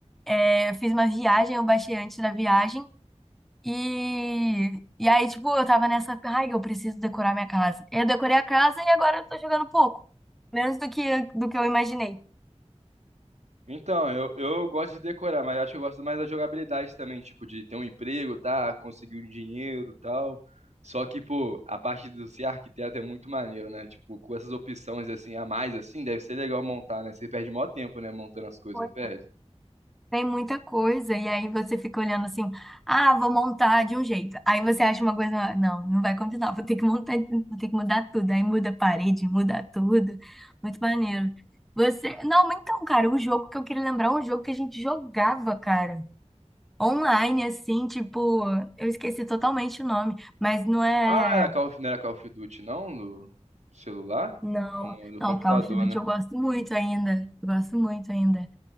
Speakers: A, in the centre; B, on the right (about 75°).
A: é, eu fiz uma viagem, eu baixei antes da viagem. E, e aí, tipo, eu tava nessa, ai, eu preciso decorar minha casa. Eu decorei a casa e agora eu tô jogando pouco, menos do que, do que eu imaginei.
B: Então, eu, eu gosto de decorar, mas acho que eu gosto mais da jogabilidade também, tipo, de ter um emprego, tá? Conseguir um dinheiro e tal. Só que, pô, a parte do ser arquiteto é muito maneiro, né? Tipo, com essas opções assim a mais, assim, deve ser legal montar, né? Você perde maior tempo, né? Montando as coisas,
A: Pois.
B: não perde?
A: Tem muita coisa, e aí você fica olhando assim, ah, vou montar de um jeito. Aí você acha uma coisa, não, não vai combinar, vou ter que montar, vou ter que mudar tudo. Aí muda a parede, muda tudo. Muito maneiro. Você, não, mas então, cara, o jogo que eu queria lembrar é um jogo que a gente jogava, cara. online, assim, tipo, eu esqueci totalmente o nome, mas não é.
B: Ah, era Call of- não era Call of Duty, não? no celular?
A: Não,
B: Ou não, É do
A: não,
B: computador,
A: Call of Duty
B: né?
A: eu gosto muito ainda. Eu gosto muito ainda.